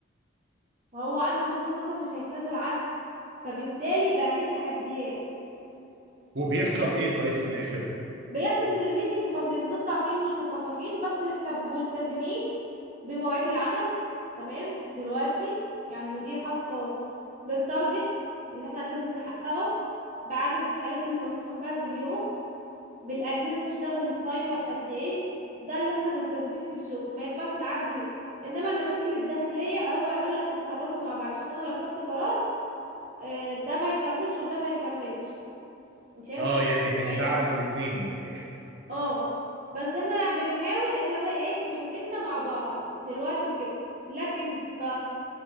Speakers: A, on the right (about 40°); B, on the right (about 60°).
A: وهو عنده وجهة نظر مش هيتنازل عنها فبالتالي بقى فيه تحديات
B: وبيحصل ايه طيب في الاخر
A: بيحصل ان الميتنج ما بن- بنطلع فيه مش متفقين بس احنا ملتزمين بمواعيد العمل تمام دلوقتي يعني المدير حاطط قوا- بالتارجت اللي احنا لازم نحققه بعدد الحالات اللي مسموح بها في اليوم بالاجهزه تشتغل التايمر قد ايه ده اللي احنا ملتزمين في الشغل ما ينفعش نعدي بيه. انما المشاكل الداخليه هو يقول لك اتصرفوا مع بعض عشان انا لو خدت قرار آه، ده ما يكملش وده ما يكملش مش هينفع
B: اه
A: حد
B: يعني
A: بعينه
B: هيزعل الاتنين من الاخر
A: اه بس احنا بنحاول احنا بقى ايه مشاكلنا مع بعض دلوقتي كده لكن ك